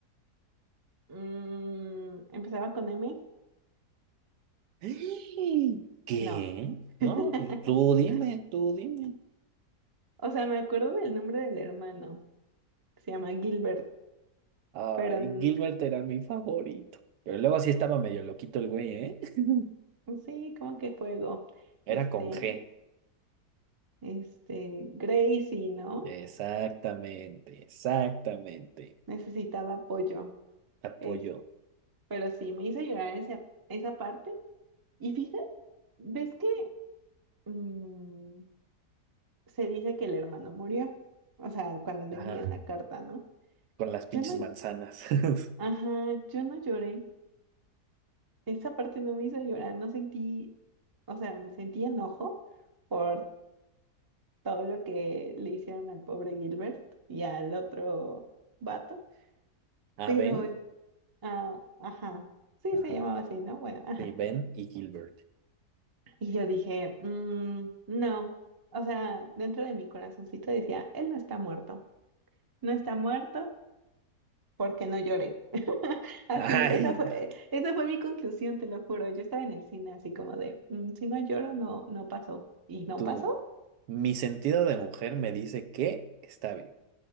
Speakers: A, on the right (about 25°); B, on the right (about 85°).
A: Mm, ¿empezaba con M?
B: ¡Ay! <gasps> ¿Qué?
A: No.
B: No,
A: <laughs>
B: tú dime, tú dime.
A: O sea, me acuerdo del nombre del hermano, que se llama Gilbert,
B: Ay,
A: pero n-
B: Gilbert era mi favorito. Pero luego sí estaba medio loquito el güey, ¿eh? <laughs>
A: sí, como que fuego.
B: Era
A: Este,
B: con G.
A: este, Gracie, ¿no?
B: Exactamente, exactamente.
A: necesitaba apoyo.
B: Apoyo.
A: Es, pero sí, me hizo llorar esa, esa parte. Y fíjate, ¿ves que mm, se dice que el hermano murió? O sea, cuando le
B: Ajá.
A: envían la carta, ¿no?
B: Con las pinches
A: Yo no,
B: manzanas. <laughs>
A: ajá, yo no lloré. Esa parte no me hizo llorar, no sentí, o sea, me sentí enojo por todo lo que le hicieron al pobre Gilbert y al otro vato,
B: Ah,
A: pero,
B: Ben.
A: ah, ajá, sí
B: Ajá.
A: se llamaba así, ¿no? Bueno, ajá.
B: Sí, Ben y Gilbert.
A: Y yo dije, "Mm, no, o sea, dentro de mi corazoncito decía, él no está muerto, no está muerto porque no lloré. <laughs> Así,
B: Ay.
A: esa fue, esa fue mi conclusión, te lo juro. Yo estaba en el cine así como de, "Mm, si no lloro, no, no pasó. Y no
B: tú.
A: pasó,
B: Mi sentido de mujer me dice que está bien.